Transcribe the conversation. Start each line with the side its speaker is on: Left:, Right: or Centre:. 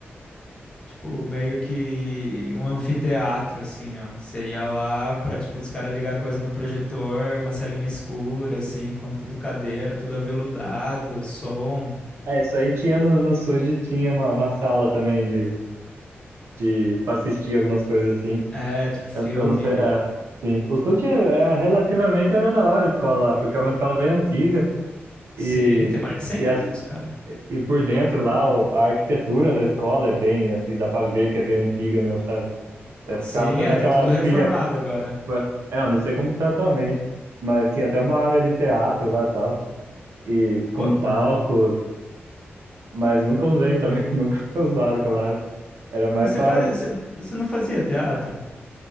Left: Tipo, meio que um anfiteatro, assim, ó. Você ia lá pra, tipo, os caras ligar coisa no projetor, uma salinha escura, assim, com tudo cadeira, tudo aveludado, som.
Right: É, isso aí tinha no, no SUD, tinha uma, uma sala também de, de para assistir algumas coisas assim.
Left: É, tipo, filme.
Right: Eu, eu não sei, é, sim. O SUD é, é, relativamente era da hora a escola lá, porque é uma escola bem antiga
Left: Sim,
Right: e,
Left: tem mais de 100
Right: e, as,
Left: anos, cara.
Right: e por dentro lá o- a arquitetura da escola é bem, assim, dá para ver que é bem antiga mesmo, sabe? É, ficava
Left: Sim,
Right: até
Left: é,
Right: naquela
Left: tá tudo reformado
Right: pilha,
Left: agora.
Right: pa- é, eu não sei como que tá atualmente, mas tinha até uma área de teatro lá e tal, e com
Left: Ó, que
Right: palco,
Left: maneiro.
Right: mas nunca usei também, <laughs> nunca foi usado aquela área. Era mais
Left: Mas Você
Right: para
Left: faz... você você não fazia teatro?